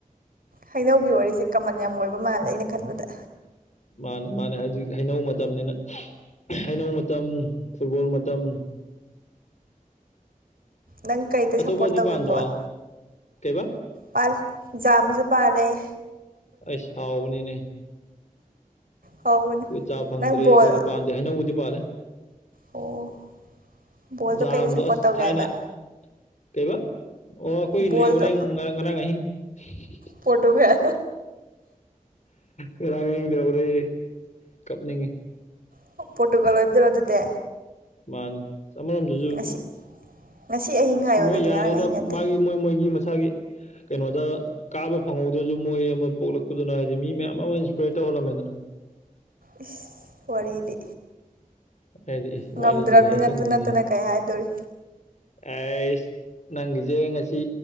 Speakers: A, on the right (about 85°); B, on the left (about 55°).
A: ꯍꯩꯅꯧꯒꯤ ꯋꯥꯔꯤꯁꯦ ꯀꯃꯟ ꯌꯥꯝ ꯑꯣꯏꯕ ꯃꯥꯜꯂꯦ ꯑꯩꯅ ꯈꯟꯕꯗ
B: ꯃꯥꯅꯦ ꯃꯥꯅꯦ ꯍꯧꯖꯤꯛ ꯍꯩꯅꯧ ꯃꯇꯝꯅꯤꯅ ꯍꯩꯅꯧ ꯃꯇꯝ ꯐꯨꯠꯕꯣꯜ ꯃꯇꯝ
A: ꯅꯪ ꯀꯩꯗ
B: ꯑꯇꯣꯞꯄꯗꯤ
A: ꯁꯞꯄꯣꯔꯠ ꯇꯧꯒꯦ
B: ꯄꯥꯟꯗ꯭ꯔꯣ
A: ꯕꯣꯜ
B: ꯀꯩꯕ
A: ꯄꯜꯂꯦ ꯖꯥꯝꯁꯨ ꯄꯥꯂꯦ
B: ꯑꯩꯁ ꯍꯥꯎꯕꯅꯤꯅꯦ
A: ꯍꯧꯕꯅꯦ
B: ꯑꯩꯈꯣꯏ ꯆꯥ ꯐꯪꯗ꯭ꯔꯦ
A: ꯅꯪ ꯕꯣꯜ
B: ꯑꯩꯈꯣꯏꯗꯤ ꯄꯥꯟꯗꯦ ꯍꯩꯅꯧꯕꯨꯗꯤ ꯄꯥꯜꯂꯦ
A: ꯑꯣ ꯕꯣꯜꯗꯣ
B: ꯖꯥꯝꯗꯣ
A: ꯀꯩꯗ ꯁꯞꯄꯣꯔꯠ
B: ꯑꯁ
A: ꯇꯧꯒꯦ
B: ꯊꯥꯏꯅ
A: ꯍꯥꯏꯕ
B: ꯀꯩꯕꯥ ꯑꯣ ꯑꯩꯈꯣꯏ
A: ꯕꯣꯜꯗꯣ
B: ꯂꯩꯍꯧꯔꯦ ꯉꯔꯥ ꯉꯔꯥꯡ ꯑꯍꯤꯡ ꯍꯤꯍꯤ
A: ꯄꯣꯔꯇꯨꯒꯜ
B: ꯉꯔꯥꯡ ꯑꯍꯤꯡ ꯂꯩꯍꯧꯔꯦ ꯀꯞꯅꯤꯡꯉꯦ
A: ꯏꯁ ꯄꯔꯣꯇꯨꯒꯜ ꯑꯣꯏꯗꯨꯔ ꯑꯗꯨꯗꯤ
B: ꯃꯥꯅꯦ ꯑꯁ ꯑꯃꯔꯣꯝꯗꯨꯖꯨ
A: ꯉꯁꯤ
B: ꯎꯝ
A: ꯉꯁꯤ ꯑꯍꯤꯡ
B: ꯑꯁ
A: ꯍꯥꯏꯌꯣ
B: ꯃꯣꯏ
A: ꯑꯗꯨꯗꯤ
B: ꯌꯥꯔꯦꯗ
A: ꯉꯔꯥꯡ ꯑꯍꯤꯡ ꯅꯠꯇꯦ
B: ꯃꯥꯒꯤ ꯃꯣꯏ ꯃꯣꯏꯒꯤ ꯃꯁꯥꯒꯤ ꯀꯩꯅꯣꯗ ꯀꯥꯕ ꯐꯪꯍꯧꯗ꯭ꯔꯁꯨ ꯃꯣꯏ ꯑꯃ ꯄꯣꯛꯂꯛꯄꯗꯨꯅ ꯍꯥꯏꯗꯤ ꯃꯤ ꯃꯌꯥꯝ ꯑꯃ ꯏꯟꯁꯄꯤꯌꯔ ꯇꯧ ꯔꯝꯃꯦꯗꯅ
A: ꯏꯁ ꯋꯥꯔꯤꯗꯤ
B: ꯍꯥꯏꯗꯤ ꯏꯁ
A: ꯉꯝꯗ꯭ꯔꯕꯅꯤꯅ
B: ꯋꯥꯔꯤꯗꯤ ꯀꯩ ꯑꯁꯦꯡꯕꯅꯤꯅꯦ
A: ꯑꯗꯨ ꯅꯠꯇꯅ ꯀꯩ ꯍꯥꯏꯗꯧꯔꯤ
B: ꯑꯩꯁ ꯅꯪꯒꯤꯖꯦ ꯉꯁꯤ